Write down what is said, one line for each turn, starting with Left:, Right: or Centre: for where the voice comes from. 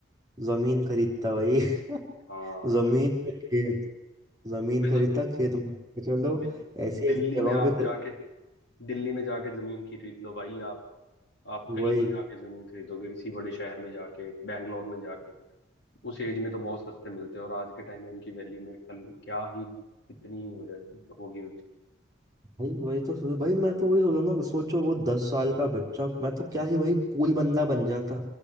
Right: जमीन खरीदता भाई <laughs>
Left: हाँ
Right: जमीन पे खेत जमीन
Left: मैं
Right: खरीदता
Left: तो
Right: खेत में रखता। चलो
Left: दि-
Right: ऐसी
Left: दिल्ली
Right: ऐसी जगहों
Left: में आप
Right: पे खरीद
Left: जाके दिल्ली में जाके जमीन खरीद लो भाई आप आप कहीं
Right: वही
Left: भी जाके जमीन खरीदोगे किसी बड़े शहर में जाके बैंगलोर में जाके उस एज में तो बहुत सस्ते मिलते हैं और आज के टाइम में उनकी वैल्यू मेरे ख्याल क्या ही कितनी ही हो जाएगी होगी
Right: भाई वही तो सोच भाई मैं तो वही सोच रहा हूँ ना सोचो वो दस साल का बच्चा मैं तो क्या ही भाई कूल बंदा बन जाता